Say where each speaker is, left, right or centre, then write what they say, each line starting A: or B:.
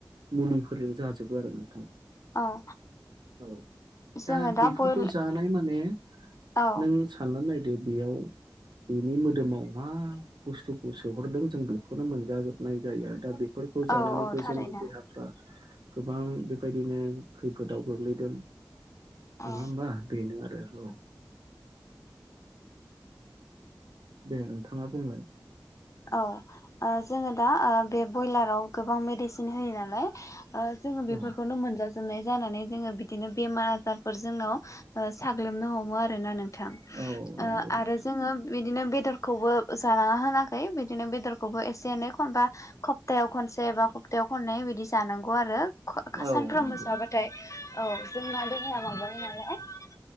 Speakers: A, on the right (about 75°); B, on the left (about 45°).
A: मुलिफोरजों जाजोबो आरो नों थां
B: औ
A: औ
B: जोङो
A: दा बेफोरखौ
B: बयल
A: जानाय माने
B: औ
A: नों साननानै नायदो बेयाव बेनि मोदोमाव मा बुस्थुखौ सोहरदों जों बेखौनो मोनजाजोबनाय जायो दा बे फोरखौ जानानैबो
B: औ औ थारैनो
A: जोंनि देहाफ्रा गोबां बेबायदिनो खैफोदाव गोग्लैदों नङा
B: औ
A: होमबा बेनो आरो औ। दे नोंथाङा बुंलाय?
B: औ ओ जोङो दा बे बयलाराव गोबां मेडिसिन होयो नालाय ओ जोङो बेफोरखौनो
A: औ
B: मोनजा जोबनाय जानानै जोङो बिदिनो बेमार आजारफोर जोंनाव ओ साग्लोबनो हमो आरोना नों थां।
A: औ नंगौ
B: ओ
A: नोंथां
B: आरो जोङो बिदिनो बेदरखौबो जानाङा होनाखै बिदिनो बेदरखौबो एसे एनै खनथा खबथा सप्तायाव खनसे एबा सप्तायाव खननै बिदि जानांगौ आरो
A: औ
B: सानफ्रोमबो
A: नंगौ
B: जाबाथाय औ जोंना देहाया माबायो नालहाय